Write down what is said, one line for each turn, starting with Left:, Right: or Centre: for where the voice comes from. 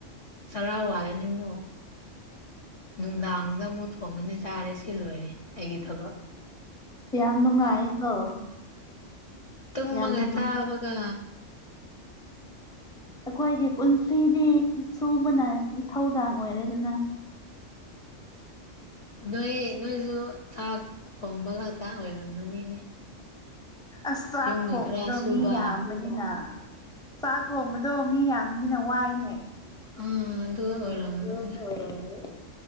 Left: ꯆꯔꯥ ꯋꯥꯠꯂꯅꯤ ꯑꯃꯛ ꯅꯨꯡꯗꯥꯡꯗ ꯑꯃꯨꯛ ꯊꯣꯡꯉꯅꯤ ꯆꯥꯔꯦ ꯁꯤ ꯂꯣꯏꯔꯦ ꯑꯩꯒꯤ ꯊꯕꯛ
Centre: ꯌꯥꯝ ꯅꯨꯡꯉꯥꯏꯀꯣ
Left: ꯇꯃꯒꯥꯏꯇ
Centre: ꯌꯥꯝ ꯅꯨꯡꯉꯥꯏ
Left: ꯑꯒ
Centre: ꯑꯩꯈꯣꯏꯒꯤ ꯄꯨꯟꯁꯤꯗꯤ ꯁꯨꯕꯅ ꯏꯊꯧꯗꯥꯡ ꯑꯣꯏꯔꯦꯗꯅ
Left: ꯅꯣꯏ ꯅꯣꯏꯁꯨ ꯆꯥꯛ ꯊꯣꯡꯕ ꯉꯛꯇ ꯑꯣꯏꯔꯝꯃꯅꯤꯅꯦ
Centre: ꯑꯁ ꯆꯥꯛ
Left: ꯌꯨꯝꯒꯤ
Centre: ꯊꯣꯡꯕꯗꯣ
Left: ꯈꯔ ꯁꯨꯕ
Centre: ꯃꯤ ꯌꯥꯝꯕꯅꯤꯅ ꯆꯥꯛ ꯊꯣꯡꯕꯗꯣ ꯃꯤ ꯌꯥꯝꯅꯤꯅ ꯋꯥꯏꯅꯦ
Left: ꯎꯝ ꯑꯗꯨ
Centre: ꯎꯝ
Left: ꯑꯣꯏꯔꯝꯒꯅꯤ